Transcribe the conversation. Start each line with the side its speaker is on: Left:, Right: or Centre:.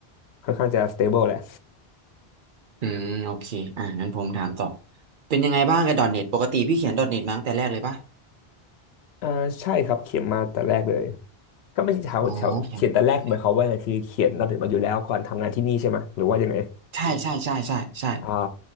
Left: ค่อนข้างจะสเตเบิลแหละ
Right: อืมโอเคอ่ะงั้นผมถามต่อเป็นยังไงบ้างกับ .NET ปกติพี่เขียน .NET มาตั้งแต่แรกเลยปะ
Left: อ่าใช่ครับเขียนมาแต่แรกเลยก็ไม่ใช่แถวแถวเขียนแต่แรกหมายความว่าไงคือเขียนระเบียบมาอยู่แล้วก่อนทำงานที่นี่ใช่ไหมหรือว่ายังไง
Right: อ๋อเขียนมาตั้งแต่แรกใช่ใช่ใช่ใช่ใช่
Left: อ่า